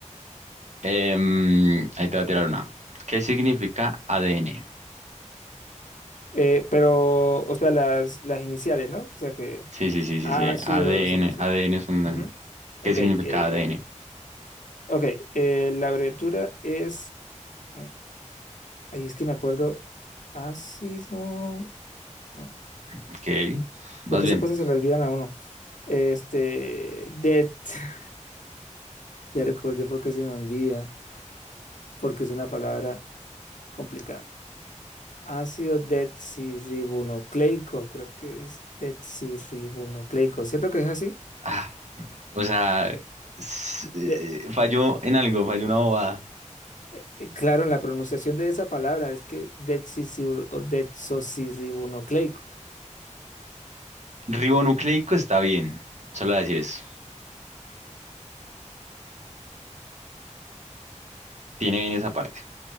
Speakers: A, on the right; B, on the left.
A: Em, ahí te voy a tirar una. ¿Qué significa ADN?
B: Eh, pero, o sea, las, las iniciales, ¿no? O sea que
A: Sí, sí, sí, sí,
B: ácido,
A: sí. ADN.
B: no sé qué, sí.
A: ADN es una...
B: Ujú.
A: si-, ¿Qué
B: Ok,
A: significa
B: eh,
A: ADN?
B: ok, eh, la abreviatura es, mm, ay, es que me acuerdo, ácido, mm,
A: Ok. Más
B: porque
A: bien.
B: esas cosas se le olvidan a uno. Este, det. <laughs> Ya recordé porque se me olvida, porque es una palabra complicada. Ácido desoxirribonucleico, creo que es desoxirribonucleico. ¿Cierto que es así?
A: Ah, o sea, s-
B: De-
A: eh, falló en algo, falló una bobada.
B: eh, claro, en la pronunciación de esa palabra es que desoxirri- o desoxirribonucleico.
A: Ribonucleico está bien. Solo voy a decir eso. Tiene bien esa parte.